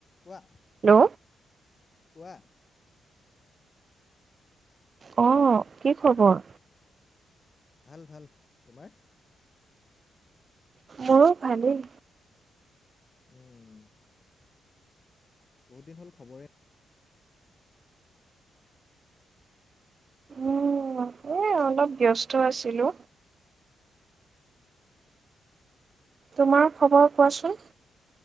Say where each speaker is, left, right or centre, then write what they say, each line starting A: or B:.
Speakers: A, on the left (about 30°); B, on the right (about 40°).
A: কোৱা।
B: নো
A: কোৱা।
B: অহ কি খবৰ?
A: ভাল, ভাল, তোমাৰ?
B: মোৰো ভালেই।
A: উম। বহুত দিন হ'ল খবৰে
B: উম, এ, অলপ ব্যস্ত আছিলো। তোমাৰ খবৰ কোৱাচোন।